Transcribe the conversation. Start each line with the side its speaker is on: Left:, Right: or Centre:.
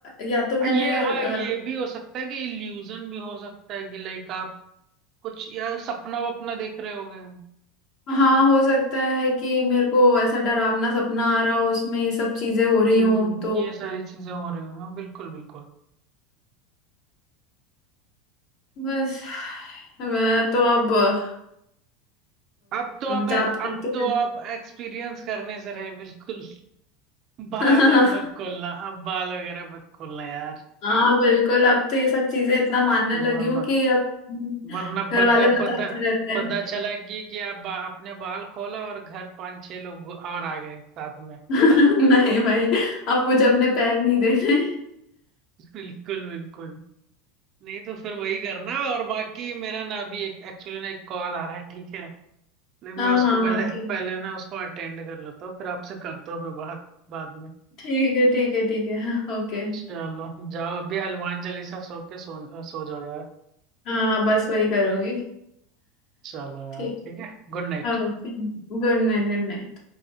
Left: या तो मैंने
Right: ये हाँ
Left: अ,
Right: ये भी हो सकता है कि इल्यूजन भी हो सकता है कि लाइक आप कुछ यार सपना वपना देख रहे होगे
Left: हाँ हो सकता है कि मेरे को ऐसा डरावना सपना आ रहा हो उसमें ये सब चीजें हो
Right: हम्म
Left: रही हो तो
Right: ये सारी चीजें हो रही हैं हाँ, बिल्कुल बिल्कुल
Left: बस मैं तो अब अ,
Right: अब तो अब अब
Left: जाप करके
Right: तो अब एक्सपीरियंस करने से रहे बिल्कुल <laughs> बाल
Left: <laughs>
Right: अब मत खोलना अब बाल वगैरह मत खोलना यार
Left: हाँ बिल्कुल अब तो ये सब चीजें इतना मानने लगी
Right: वरना
Left: हूँ कि अब
Right: वरना
Left: घर
Right: पता
Left: वाले बताते
Right: पता
Left: रहते
Right: पता चला कि कि आप बा, आपने बाल खोला और घर पांच छह लोग और आ गए साथ में
Left: <laughs> नहीं भाई अब मुझे अपने पैर नहीं देने
Right: <laughs> बिल्कुल बिल्कुल नहीं तो फिर वही करना और बाकी मेरा ना अभी एक एक्चुअली ना एक कॉल आ रहा है ठीक है लेकिन
Left: हाँ
Right: मैं उसको
Left: हाँ
Right: पहले
Left: ठीक
Right: पहले ना उसको अटेंड कर लेता हूँ फिर आपसे करता हूँ मैं बात बाद में
Left: ठीक है ठीक है ठीक है ओके
Right: चलो जाओ अभी हनुमान चालीसा सो के सो, सो जाओ यार
Left: हाँ हाँ बस वही करूंगी
Right: चलो यार
Left: ठीक
Right: ठीक है गुड नाइट
Left: okay good night good night